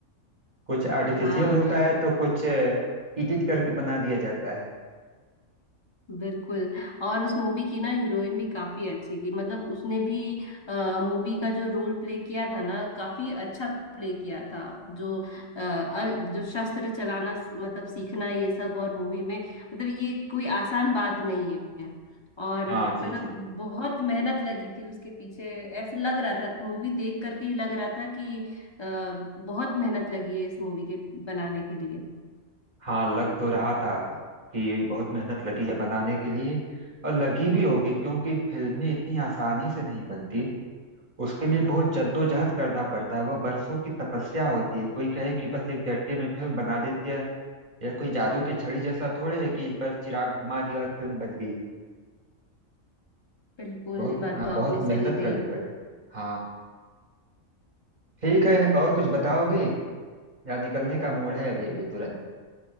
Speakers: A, on the right (about 35°); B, on the left (about 30°).
A: कुछ आर्टिफिशियल
B: हाँ
A: होता है तो कुछ एडिट करके बना दिया जाता है
B: बिल्कुल और उस मूवी की ना हीरोइन भी काफी अच्छी थी मतलब उसने भी मूवी का जो रोल प्ले किया था ना काफी अच्छा प्ले किया था जो अ, अ, जो शस्त्र चलाना स- मतलब सीखना ये सब और मूवी में मतलब ये कोई आसान बात नहीं है और
A: हाँ
B: मतलब
A: जी जी
B: बहुत मेहनत लगी थी उसके पीछे ऐसे लग रहा था मूवी देख करके ही लग रहा था कि अ, बहुत मेहनत लगी है इस मूवी के बनाने के लिए
A: हाँ लग तो रहा था कि बहुत मेहनत लगी है बनाने के लिए और लगी भी होगी क्योंकि फिल्में इतनी आसानी से नहीं बनती उसके लिए बहुत जद्दोजहद करना पड़ता है वह बरसों की तपस्या होती है कोई कहे कि बस एक झटके में फिल्म बना देती है यह कोई जादू की छड़ी जैसा थोड़ी है कि बस चिराग घुमा दिया और फिल्म बन गई
B: बिल्कुल
A: बहुत
B: ये बात
A: हाँ
B: तो आपने
A: बहुत मेहनत
B: सही कही
A: करनी पड़ती हाँ ठीक है और कुछ बताओगे यार निकलने का मूड है अभी अभी तुरंत